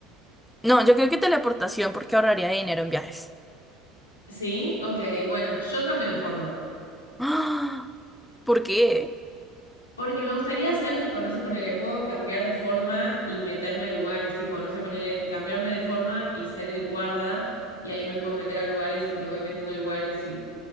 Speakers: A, in the centre; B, on the left.
A: no, yo creo que teleportación, porque ahorraría dinero en viajes.
B: Sí, ok, bueno, yo cambio de forma.
A: <gasps> ¡Ah! ¿Por qué?
B: Porque me gustaría hacer, tipo, no sé, ponele, puedo cambiar de forma y meterme a lugares, tipo, no sé, ponele, cambiarme de forma y ser el guarda, y ahí me puedo meter a lugares y me voy metiendo a lugares y,